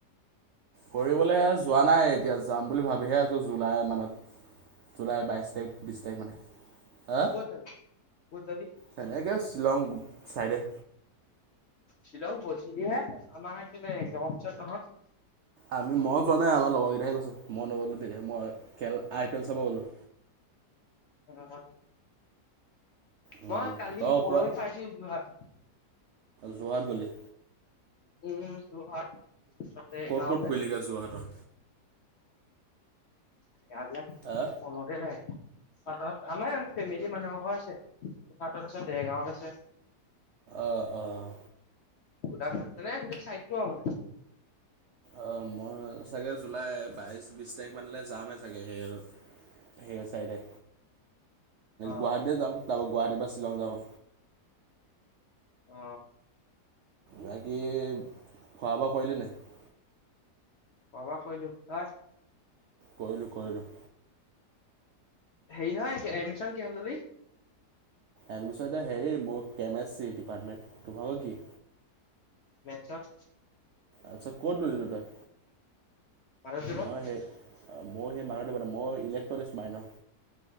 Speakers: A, on the right; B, on the left.
A: কৰিবলে যোৱা নাই এতিয়া যাম বুলি ভাবিহে আছো জুলাই মানত। জুলাই বাইশ তাৰিখ, বিশ তাৰিখ মানে। হা
B: ক'ত যাবি ক'ত যাবি
A: সেনেকে শ্বিলং চাইডে
B: শ্বিলং গৈছিলিহে আমাৰ কেলে একজামৰ পিছত তঁহত
A: আমি মই যোৱা নাই, আমাৰ লগৰ কেইটাহে গৈছে মই নগ'লো তেতিয়া মই খেল আই পি এল চাব গ'লো।
B: অ',
A: উম।
B: মই কালি
A: তই
B: পৰহি
A: ক'বাত
B: পাইছোঁহি যোৰহাট।
A: যোৰহাট গ'লি।
B: উম যোৰহাট ওচৰতে
A: ক'ত
B: এগাঁৱত
A: ক'ত ফুৰিলেগৈ
B: এনেকে
A: যোৰহাটৰ?
B: জেগা বিলাক
A: হা?
B: মনতে নাই। পাথৰত আমাৰ মানে ফেমিলি মানুহৰ ঘৰ আছে, যোৰহাটত আছে দেৰগাঁৱত আছে।
A: অ', অ'।
B: গোলাঘাট মানে গোটেই চাইডটো আৰু মানে।
A: অ', মই চাগে জুলাই বাইশ, বিশ তাৰিখ মানলৈ যামেই চাগে হেৰিঅলৈ সেই চাইডে
B: অ
A: গুৱাহাটী এ যাম তাৰপা গুৱাহাটীৰ শ্বিলং যাব
B: অ
A: বাকী খোৱা বোৱা কৰিলি নে নাই?
B: খোৱা বোৱা কৰিলোঁ, তই?
A: কৰিলোঁ কৰিলোঁ।
B: হেৰি নহয় এডমিছন কিহঁত ললি?
A: এডমিচন এ' হেৰি মোৰ কেম এছ চি ডিপাৰ্টমেণ্ট, তহঁতৰ কি?
B: মেট্ছত।
A: আচ্ছা ক'ত লৈ ললি তই?
B: মাধৱদেৱত
A: মই সেই আ মই সেই মা মই ইলেক্ট্ৰনিক্স মাইনৰ।